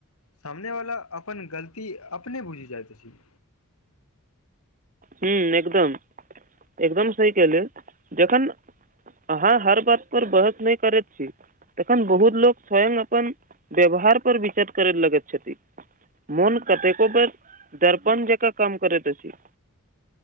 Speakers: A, on the left; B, on the right.
A: सामने वाला अपन गलती अपने बुझि जाइत अछि
B: ह्म एकदम एकदम सहि कहेल जखन अहाँ हर बात पर बहस नहि करैत छी तखन बहुत लोको स्वयं अपन व्यवहार पर विचार करय लगैत छथि मोन कतेको बेर दर्पण जका काम करैत छी